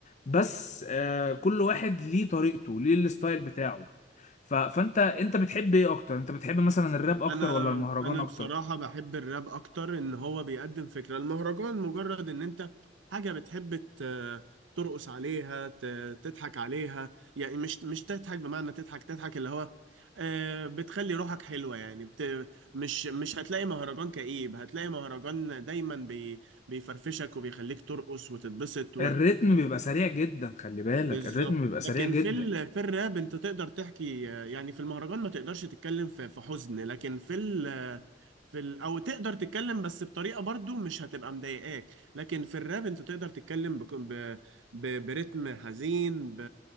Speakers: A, on the left (about 40°); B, on the right (about 75°).
A: بس آه كل واحد ليه طريقته ليه الستايل بتاعه ف... فانت انت بتحب ايه اكتر انت بتحب مثلا الراب اكتر
B: انا
A: ولا المهرجان
B: انا
A: اكتر
B: بصراحه بحب الراب اكتر ان هو بيقدم فكره المهرجان مجرد ان انت حاجه بتحب ت- ترقص عليها ت- تضحك عليها يعني مش مش تضحك بمعنى تضحك تضحك اللي هو آه، بتخلي روحك حلوه يعني بت مش مش هتلاقي مهرجان كئيب هتلاقي مهرجان دايما بي بيفرفشك وبيخليك ترقص وتتبسط
A: الريتم بيبقى سريع جدا خلي بالك
B: بالظبط
A: الريتم بيبقى سريع
B: لكن
A: جدا
B: في ال... في الراب انت تقدر تحكي آه، يعني في المهرجان ما تقدرش تتكلم في في حزن لكن في ال... آه، في ال... او تقدر تتكلم بس بطريقه برضو مش هتبقى مضايقاك لكن في الراب انت تقدر تتكلم بك... ب... ب... برتم حزين ب...